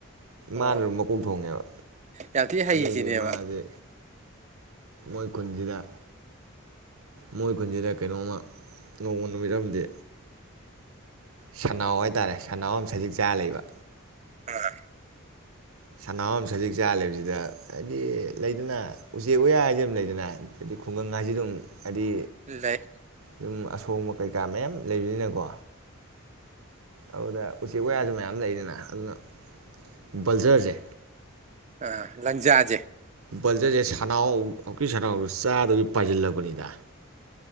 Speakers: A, on the right (about 35°); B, on the right (about 80°).
A: ꯑꯣ
B: ꯃꯥꯅ ꯑꯗꯨꯝ ꯃꯀꯣꯛ ꯊꯣꯡꯉꯦꯕ
A: ꯌꯥꯝ ꯊꯤ ꯍꯩꯁꯤꯅꯦꯕ
B: ꯑꯗꯩꯗꯤ ꯃꯥꯖꯦ ꯈꯣꯏ ꯈꯨꯟꯖꯤꯗ ꯃꯣꯏ ꯈꯨꯟꯁꯤꯗ ꯀꯩꯅꯣꯝꯃ ꯅꯣꯡꯃꯥ ꯅꯨꯃꯤꯠ ꯑꯃꯗꯤ ꯁꯟꯅꯥꯎ ꯍꯥꯏꯇꯥꯔꯦ ꯁꯅꯥꯎ ꯑꯃꯥ ꯁꯖꯤꯛ ꯆꯥ ꯂꯩꯕ
A: ꯑꯥ
B: ꯁꯅꯥꯎꯝ ꯁꯖꯤꯛ ꯆꯥ ꯂꯩꯕꯁꯤꯗ ꯍꯥꯏꯗꯤ ꯂꯩꯗꯅ ꯎꯆꯦꯛ ꯋꯥꯌꯥ ꯍꯥꯏꯁꯦ ꯑꯃ ꯂꯩꯗꯅ ꯍꯥꯏꯗꯤ ꯈꯨꯡꯒꯪ ꯍꯥꯏꯖꯤ ꯑꯗꯨꯝ ꯍꯥꯏꯗꯤ
A: ꯂꯩ
B: ꯌꯨꯝ ꯑꯁꯣꯡꯕ ꯀꯩꯀꯥ ꯃꯌꯥꯝ ꯂꯩꯕꯅꯤꯅꯀꯣ ꯑꯗꯨꯗ ꯎꯆꯦꯛ ꯌꯥꯁꯨ ꯃꯌꯥꯝ ꯂꯩꯗꯅ ꯑꯗꯨꯅ ꯕꯜꯖꯔꯁꯦ
A: ꯑ ꯂꯪꯖꯥꯖꯦ
B: ꯕꯜꯆꯔꯁꯦ ꯁꯅꯥꯎ ꯍꯧꯖꯤꯛꯀꯤ ꯁꯅꯥꯎꯖꯦ ꯆꯥꯗꯣꯏꯒꯤ ꯄꯥꯏꯁꯤꯜꯂꯛꯄꯅꯤꯗ